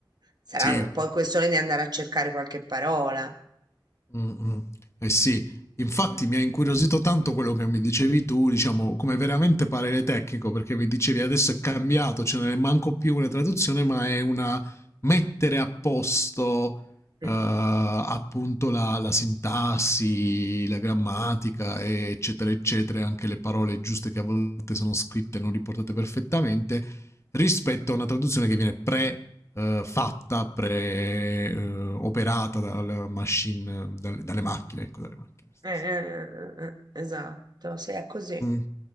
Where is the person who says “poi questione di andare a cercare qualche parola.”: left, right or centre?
Right